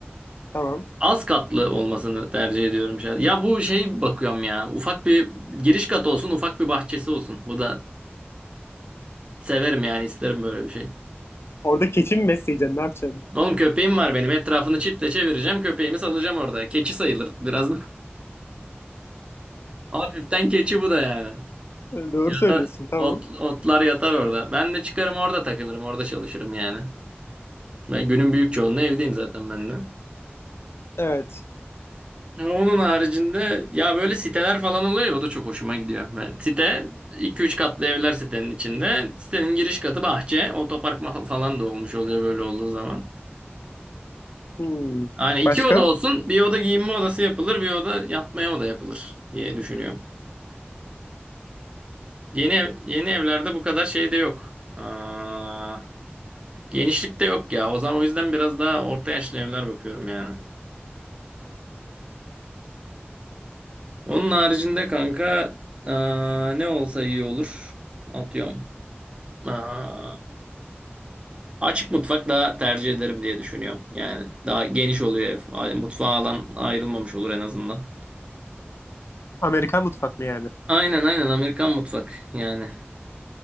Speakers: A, on the left; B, on the right.
A: Tamam.
B: Az katlı olmasını tercih ediyorum şahsen. Ya bu şey bakıyorum ya. Ufak bir giriş katı olsun. Ufak bir bahçesi olsun. Bu da severim yani. isterim böyle bir şey.
A: Orada keçi mi besleyeceksin? Ne yapacaksın? <laughs>
B: Oğlum köpeğim var benim. Etrafını çitle çevireceğim. Köpeğimi salacağım orada. Keçi sayılır biraz. <laughs> Hafiften keçi bu da yani.
A: Doğru
B: Yatar,
A: söylüyorsun. Tamam.
B: ot, otlar yatar orada. Ben de çıkarım orada takılırım. Orada çalışırım yani. Ben günün büyük çoğunluğu evdeyim zaten ben de.
A: Evet.
B: Onun haricinde ya böyle siteler falan oluyor ya o da çok hoşuma gidiyor. Ben, site iki üç katlı evler sitenin içinde. Sitenin giriş katı bahçe. Otopark ma- falan da olmuş oluyor böyle olduğu zaman.
A: Hmm.
B: Yani iki
A: Başka?
B: oda olsun. Bir oda giyinme odası yapılır. Bir oda yatmaya oda yapılır diye düşünüyorum. Yeni ev- yeni evlerde bu kadar şey de yok. Aa, Genişlik de yok ya. O zaman o yüzden biraz daha orta yaşlı evler bakıyorum yani. Onun haricinde kanka aa, ne olsa iyi olur. Atıyorum. Aa, açık mutfak daha tercih ederim diye düşünüyorum. Yani daha geniş oluyor ev. A- Mutfağa alan ayrılmamış olur en azından.
A: Amerikan mutfak mı yani?
B: Aynen aynen Amerikan mutfak yani.